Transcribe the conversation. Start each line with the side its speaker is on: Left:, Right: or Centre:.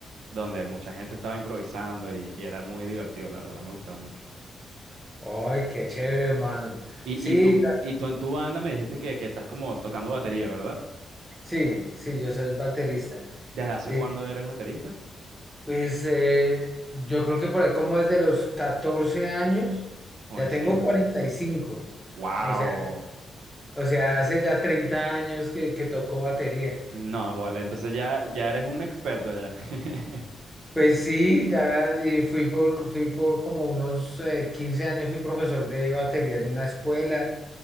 Right: donde mucha gente estaba improvisando y, y era muy divertido, la verdad, me gustaba mucho.
Centre: Ay, qué chévere, hermano,
Right: Y,
Centre: sí,
Right: y tú, y tú en tu banda me dijiste que, que estás como tocando batería, ¿verdad?
Centre: sí, sí, yo soy baterista.
Right: ¿Desde hace
Centre: Eh,
Right: cuándo eres baterista?
Centre: Pues eh, yo creo que por ahí como desde los 14 años,
Right: Jovencito.
Centre: ya tengo cuarenta y cinco
Right: Wow.
Centre: o sea, o sea, hace ya 30 años que, que toco batería.
Right: No, vale, entonces ya, ya eres un experto ya. <laughs>
Centre: Pues sí, ya eh, fui por, fui por como unos eh, 15 años, fui profesor de batería en una escuela